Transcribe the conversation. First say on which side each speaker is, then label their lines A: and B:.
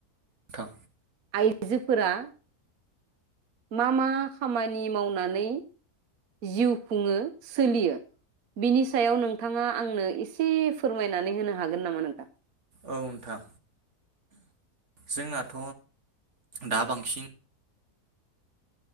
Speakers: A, on the right; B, on the right.
A: थां
B: आइजोफोरा मा मा खामानि मावनानै जिउ खुङो सोलियो बिनि सायाव नोंथाङा आंनो एसे फोरमायनानै होनो हागोन नामा नोंथां
A: औ नोंथां जोंनाथ दा बांसिन